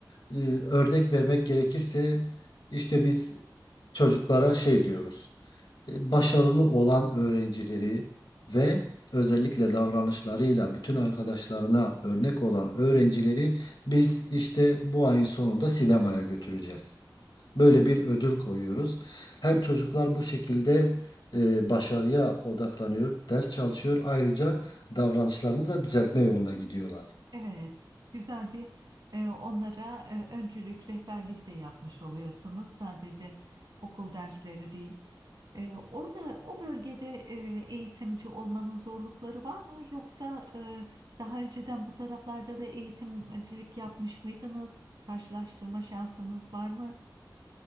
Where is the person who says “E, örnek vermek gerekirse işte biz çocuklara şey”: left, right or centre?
Left